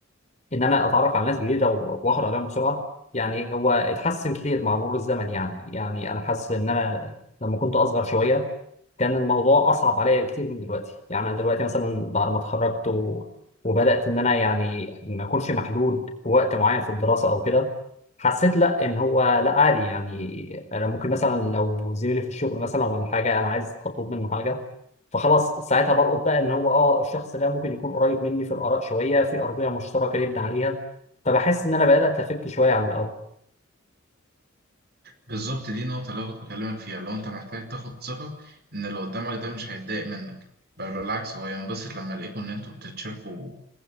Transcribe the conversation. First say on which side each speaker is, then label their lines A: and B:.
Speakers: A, on the left; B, on the right.
A: ان انا اتعرف على ناس جديدة و- واخد عليهم بسرعة يعني هو اتحسن كتير مع مرور الزمن يعني يعني انا حاسس ان انا لما كنت اصغر شوية كان الموضوع اصعب عليا بكتير من دلوقتي يعني انا دلوقتي مثلا بعد ما اتخرجت و... وبدات ان انا يعني ما اكونش محدود بوقت معين في الدراسه او كده حسيت لا ان هو لا عادي يعني انا ممكن مثلا لو زميلي في الشغل مثلا ولا حاجه انا عايز اطلب منه حاجه فخلاص ساعتها بلقط بقى ان هو اه الشخص ده ممكن يكون قريب مني في الاراء شويه في ارضيه مشتركه نبني عليها فبحس ان انا بدات افك شويه عن الاول
B: بالظبط دي النقطة اللي أنا كنت بكلمك فيها لو أنت محتاج تاخد ثقة إن اللي قدامك ده مش هيتضايق منك بل بالعكس هو ينبسط لما يلاقيكوا إن أنتوا بتتشاركوا